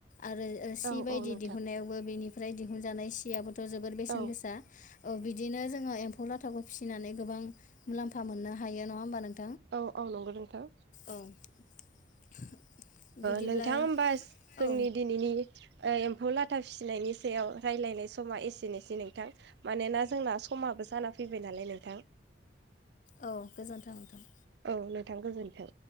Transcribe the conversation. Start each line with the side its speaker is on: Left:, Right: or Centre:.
Left: आरो सि
Right: औ
Left: बायदि
Right: औ नोंथां
Left: दिहुननायावबो बेनिफ्राय दिहुनजानाय सियाबोथ' जोबबोर बेसेन
Right: औ
Left: गोसा ओ बिदिनो जोङो एम्फौ लाथाखौ फिसिनानै गोबां मुलाम्फा मोननो हायो नङा होमबा नोंथां?
Right: औ औ नंगौ नोंथां।
Left: औ <inaudible> बिदिब्ला
Right: नोंथां होमबा जोंनि
Left: औ
Right: दिनैनि एम्फौ लाथा फिसिनायनि सायाव रायजलायनाय समा एसेनोसै नोंथां मानोना जोंना समा बे साना फैबाय नालाय नोंथां।
Left: औ गोजोन्थों नोंथां।
Right: औ नोंथां गोजोनथों।